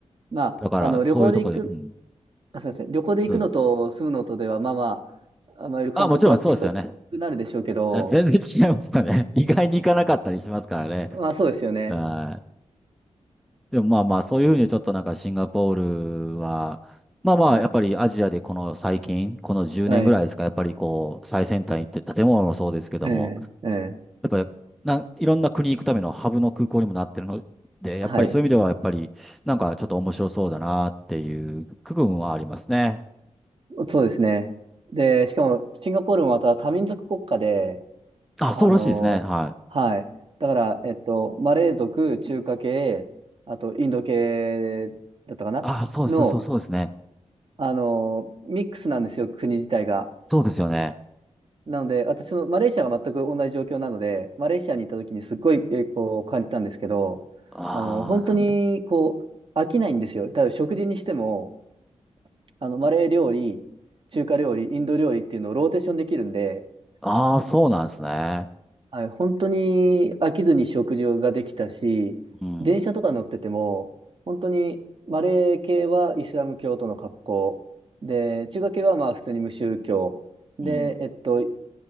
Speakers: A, on the right; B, in the centre.
A: まあ、
B: だからそういうところで、
A: あの、旅行で行く
B: うん。
A: あ、すみません。旅行で行くのと住むのとでは、
B: どうぞ
A: まあまあ、あまあ、いる感覚は違くなるでしょうけど、
B: あ、もちろんそうですよね。全然違いますかね。<laughs> 意外に行かなかったりしますからね。
A: まあそうですよね。
B: はいでもまあまあ、そういうふうにちょっとなんかシンガポールは、まあまあ、
A: はい。
B: やっぱりアジアでこの最近、この10年ぐらいですか、
A: はい。
B: やっぱりこう、最先端行って建物もそうですけども、
A: ええ、ええ、
B: やっぱりなんいろんな国行くためのハブの空港にもなってるので、やっぱりそういう意味ではやっぱりなんかちょっと面白そうだなっていう区分はありますね。
A: はい。そうですね。で、しかも、シンガポールもまた多民族国家で、
B: あ、そうらしいですね。
A: あのーはい。
B: はい。
A: だから、えっと、マレー族、中華系、あと、インド系だったかなの、
B: あ、そうそうそうそうですね。
A: あのーミックスなんですよ、国自体が。
B: そうですよね。
A: なので、私のマレーシアが全く同じ状況なので、マレーシアに行った時にすっごい、えーこう感じたんですけど、
B: ああ、
A: あの、本当にこう飽きないんですよ。
B: なるほど。
A: ただ食事にしても、あの、マレー料理、中華料理、インド料理っていうのをローテーションできるんで、
B: ああ、そうなんですね。
A: あはい、本当に飽きずに食事ができたし、
B: うん。
A: 電車とか乗ってても、本当にマレー系はイスラム教徒の格好、で、中華系はまあ普通に無宗教、で、
B: うん。
A: えっと、イ